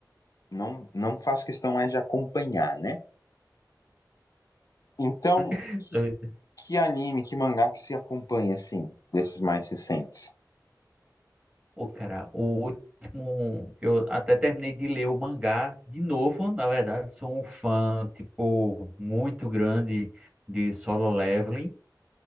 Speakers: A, on the left (about 55°); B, on the right (about 20°).
A: não, não faço questão mais de acompanhar, né? Então,
B: <laughs>
A: que, que anime, que mangá que se acompanha, assim, desses mais recentes?
B: Pô, cara, o último. Eu até terminei de ler o mangá de novo. Na verdade, sou um fã, tipo, muito grande de Solo Leveling,